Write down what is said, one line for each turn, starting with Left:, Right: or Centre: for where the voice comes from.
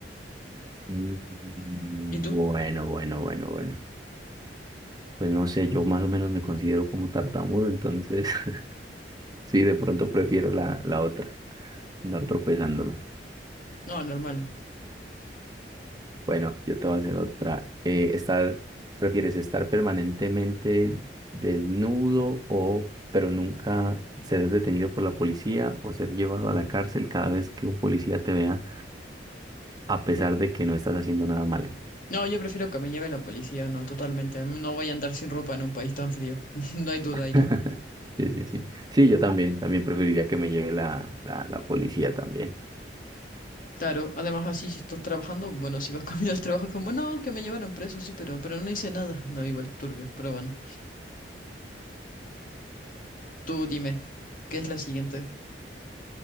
Right: Mm, Bueno,
Left: ¿Y tú?
Right: bueno, bueno, bueno. Pues no sé, yo más o menos me considero como tartamudo, entonces <laughs> sí, de pronto prefiero la, la otra, andar tropezándome.
Left: No, normal.
Right: Bueno, yo te voy a hacer otra. Eh, estar, ¿prefieres estar permanentemente desnudo o, pero nunca ser detenido por la policía o ser llevado a la cárcel cada vez que un policía te vea, a pesar de que no estás haciendo nada malo?
Left: No, yo prefiero que me lleve la policía, no, totalmente. No voy a andar sin ropa en un país tan frío. <laughs> No hay duda,
Right: <laughs>
Left: ¿y tú?
Right: Sí, sí, sí. Sí, yo también, también preferiría que me lleve la, la, la policía también.
Left: Claro, además así si estás trabajando, bueno, si vas <laughs> camino al trabajo es como, no, es que me llevaron preso, sí, pero, pero no hice nada. No, igual, turbio, pero bueno. Tú dime, ¿qué es la siguiente?